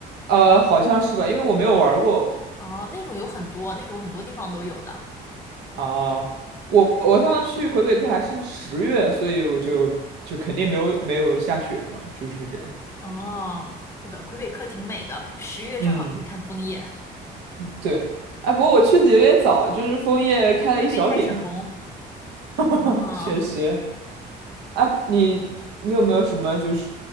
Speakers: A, on the right; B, on the left.
A: 呃，好像是吧，因为我没有玩儿过。
B: 哦，那种有很多，那种很多地方都有的。
A: 啊，我我上次去魁北克还是十月，
B: 对，
A: 所以我就就肯定没有没有下雪嘛，就是这样。
B: 哦，是的，魁北克挺美的，十月正好可以看枫叶，
A: 嗯，对。哎，不过我去的有点早，就是枫叶开了一小点，
B: 还没开始红。
A: <laughs>
B: 哦，
A: 确实。啊，你你有没有什么就是